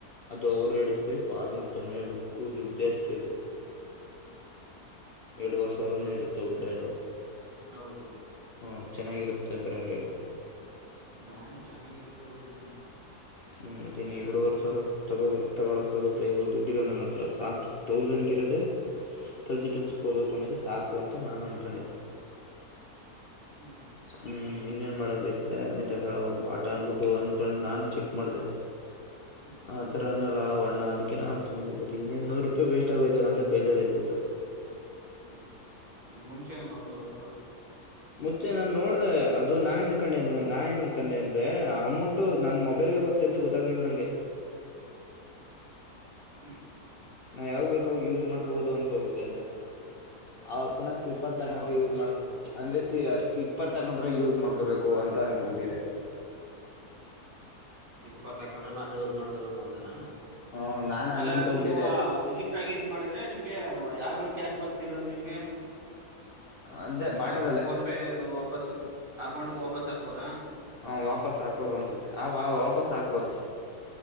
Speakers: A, on the left; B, on the right.
A: ಅದು ಅವ್ರು ಹೇಳಿದ್ ಬರೀ ಫಾರ್ಮಲ್ಸು ಸುಮ್ನೆ ಲುಕ್ಕ್ ದುಡ್ ಜಾಸ್ತಿ ಅದು ಎರಡುವರೆ ಸಾವಿರ ಎನೊ ಇರುತ್ತೆ ವುಡ್ ಲ್ಯಾಂಡು
B: ಹೌದು
A: ಹ್ಮು ಚೆನ್ನಾಗಿರುತ್ತೆ ಬ್ರಾಂಡೆಡು
B: ಬ್ರಾಂಡ್ ಚೆನ್ನಾಗಿರುತ್ತೆ ವುಡ್ ಲ್ಯಾಂಡು
A: ಹ್ಮು ಮತ್ತೇನ್ ಎರಡುವರೆ ಸಾವಿರ ತಗೋಬ ತಗೊಳಕ ಆಗುತ್ತ ಇವಾಗ ದುಡ್ಡಿಲ್ಲಾ ನನ್ನ ಹತ್ರ ಸಾಕ್ ತೌಸಂಡ್ ಗಿರೋದೆ ಕೆಲ್ಸು ಗಿಲ್ಸು ಹೋಗ್ಬೇಕು ಅಂದ್ರೆ ಸಾಕು
B: ಹ್ಮ್
A: ಅಂತ ನಾ ಅನ್ಕೊಂಡೆ
B: ಹ್ಮು
A: ಹ್ಮ್ ಇನ್ನೇನ್ ಮಾಡಕತದೆ ಅದನ್ನೇ ತಗಳವ ಬಾಟ ಅನ್ಬಿಟ್ಟು ಅನ್ಕೊಂಡು ನಾನ್ ಚೆಕ್ ಮಾಡ್ದೆ <inaudible>
B: ಹ್ಮು
A: ಆ ತರ ಅಂದ್ನಲ್ಲ ಆವಣ್ಣ ಅದಕ್ಕೆ ನಾ ಸುಮ್ನೆ ಕುತ್ತಿದ್ ಇನ್ನೇನ್ ನೂರು ರೂಪಾಯ್ ವಸ್ಟ್ ಆಗೋಯ್ತಲ್ಲ ಅಂತ ಬೇಜಾರಾಯ್ತಿತ್
B: ಹ್ಮು ನೀ ಮುಂಚೆನೆ ನೋಡ್ಕೋಬೇಕಲ್ವಾ
A: <inaudible> ಮುಚ್ಚೆ ನಾನ್ ನೋಡ್ದೆ ಅದು ನಾನೇನ್ಕೊಂಡೆ ಅಂದ್ರೆ ಅಮೌಂಟು ನನ್ ಮೊಬೈಲ್ಗೆ ಬರ್ <unintelligible> ಗೊತ್ತಾಗ್ನಿಲ್ ನಂಗೆ
B: ಹ್ಮು
A: ನಾ ಯಾವಾಗ್ ಬೇಕು ಅವಾಗ ಯೂಸ್ ಮಾಡ್ಕೊಬಹದು ಅನ್ಕೋಟ್ಟಿದ್ದೆ ಅದನ್ನ ಆ ಪುನಃ ಸ್ಲಿಪ್ ತರ್ಡ್ ತಗೊಂಡ್ರೆ
B: ಯಾವಾಗ
A: ಯೂಸ್
B: ಬೇಕಾದ್ರೂ
A: ಮಾಡ
B: ಮಾಡ್ಕೋಬ
A: ಅಂದ್ರೆ ಸಿ ಸ್ಲಿಪ್ಪರ್ ತಗೊಂಡ್ರೆ ಯೂಸ್ ಮಾಡ್ಕೋಬೇಕು ಅಂತ ಅನ್ಕೋಬಿಟ್ಟಿದೆ
B: ಸ್ಲಿಪ್ಪರ್ ತಕೊಂಡ್ರೆ ಮಾತ್ರ ಯೂಸ್ ಮಾಡ್ಕೊಬೇಕು ಅಂತಾನ
A: ಹ್ಮ ನಾನ್ ಹಂಗ
B: ಆದ್ರೆ
A: ಅನ್ಕೊಬಿಟ್ಟಿದೆ
B: ಅದು ನೀವು ರಿಜಿಸ್ ಚ್ಚಾಗಿ ಇದ್ ಮಾಡಿದ್ರೆ ನಿಮ್ಗೆ ಯಾವ್ದ್ರಲ್ಲಿ ಕ್ಯಾಶ್ ಬ್ಯಾಕ್ ಸಿಗೋದು ನಿಮ್ಗೆ
A: ಅಂದೆ
B: <unintelligible>
A: ಬಾಟದಲ್ಲೇ
B: ಫೋನ್ಪೇ ವಾಪಸ್ ಅಕೌಂಟ್ಗೆ ವಾಪಸ್ ಹಾಕೋರಾ
A: ಹಾ ವಾಪಸ್ ಹಾಕೋರು ಅನ್ಸುತ್ತೆ ಆ ವ ವಾಪಸ್ ಹಾಕೋರು